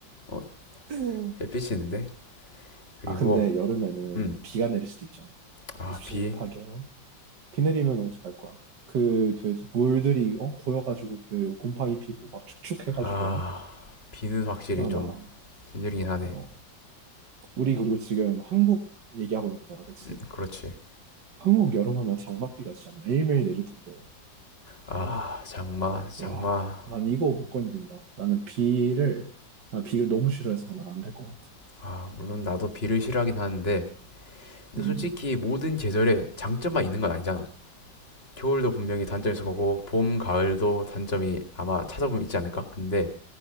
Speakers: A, on the left (about 35°); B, on the right (about 65°).
A: 어,
B: <laughs>
A: 햇빛이는데. 있 그리고
B: 아, 근데 여름에는
A: 음.
B: 비가 내릴 수도 있잖아.
A: 아,
B: 씹씹하게요.
A: 비.
B: 비 내리면 어떡할 거야? 그, 그, 물들이, 어, 고여가지고, 그, 곰팡이 피고, 막 축축해가지고.
A: 아, 비는 확실히
B: 아,
A: 좀
B: 나,
A: 힘들긴 하네.
B: 어. 우리, 그리고 지금 한국 얘기하고 있는 거잖아, 그치?
A: 음, 그렇지.
B: 한국 여름하면 장맛비가 진짜 매일매일 내릴 텐데.
A: 아, 장마, 장마.
B: 야, 난 이거 못 견딘다. 나는 비를, 난 비를 너무 싫어해서 난 안 될 것 같아.
A: 아, 물론 나도 비를 싫어하긴 하는데 근데
B: 음.
A: 솔직히 모든 계절에 장점만 있는 건 아니잖아. 겨울도 분명히 단점이 있을 거고 봄, 가을도 단점이 아마 찾아보면 있지 않을까? 근데